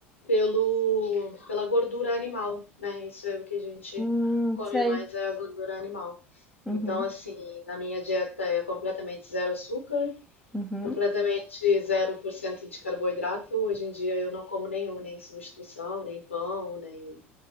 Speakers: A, on the left; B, in the centre.
A: pelo, pela gordura animal, né? Isso é o que a gente
B: Hum,
A: come
B: sei.
A: mais, é a gordura animal.
B: Uhum,
A: Então, assim, na minha dieta é completamente zero açúcar,
B: uhum,
A: completamente zero por cento de carboidrato. Hoje em dia eu não como nenhum, nem substituição, nem pão, nem